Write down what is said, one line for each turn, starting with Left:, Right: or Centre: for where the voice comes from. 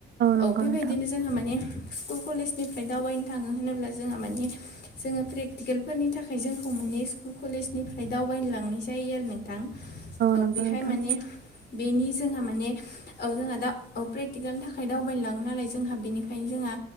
Right: नंगौ
Left: औ बेबायदिनो
Right: नोंथां
Left: जोंहा माने स्कुल कलेजनिफ्राय दावबायनो थाङो होनोब्ला जोंहा मानिे जोङो प्रेकटिकेल फोरनि थाखाय जोंखौ माने स्कुल कलेजनिफ्राय दावबायनो लांनाय जायो आरो नों थ औ
Right: नंगौ
Left: बेहाय
Right: नोंथां
Left: माने बेनि जोंहा माने औ जोंहा दा प्रेक्टिकेलनि थाखाय दावबायनोलाङो नालाय जोंहा बेनिखायनो जोंहा